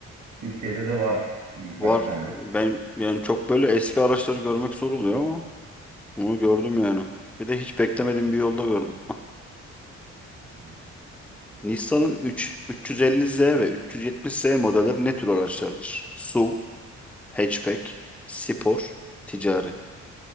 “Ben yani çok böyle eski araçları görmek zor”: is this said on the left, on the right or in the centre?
Centre